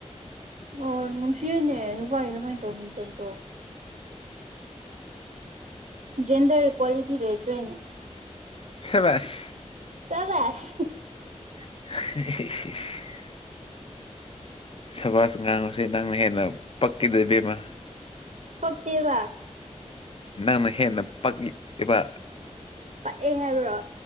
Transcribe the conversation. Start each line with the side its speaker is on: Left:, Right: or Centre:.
Right: ꯑꯣ ꯅꯨꯡꯁꯤꯅꯦ ꯅꯨꯄꯥꯒꯤ ꯑꯗꯨꯃꯥꯏꯅ ꯇꯧꯕꯤ ꯇꯧꯗ‌ꯣ ꯖꯦꯟꯗꯔ ꯏꯀ꯭ꯋꯥꯂꯤꯇꯤ ꯂꯩꯇ꯭ꯔꯦꯅꯦ
Left: ꯁꯕꯁ
Right: ꯁꯕꯥꯁ
Left: <unintelligible> ꯁꯕꯥꯖ ꯉꯥꯡꯕꯖ‌ꯦ ꯅꯪꯅ ꯍꯦꯟꯅ ꯄꯛꯏꯗ ꯏꯕꯦꯝꯃ
Right: ꯄꯛꯇꯦꯕ
Left: ꯅꯪꯅ ꯍꯦꯟꯅ ꯄꯛꯏꯕ
Right: ꯄꯛꯑꯦ ꯍꯥꯏꯕ꯭ꯔꯣ